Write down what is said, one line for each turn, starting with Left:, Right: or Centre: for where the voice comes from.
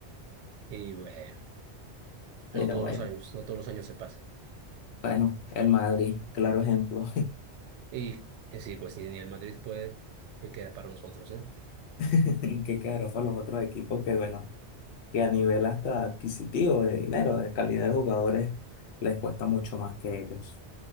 Right: Y bueno,
Left: Pero
Right: no todos
Left: bueno,
Right: los años, no todos los años se pasa.
Left: bueno, el Madrid, claro ejemplo,
Right: Y, y sí, pues si ni el Madrid puede, ¿qué queda para nosotros, no?
Left: <laughs> que quedará para los otros equipos que, bueno, que a nivel hasta adquisitivo de dinero, de calidad de jugadores, les cuesta mucho más que ellos.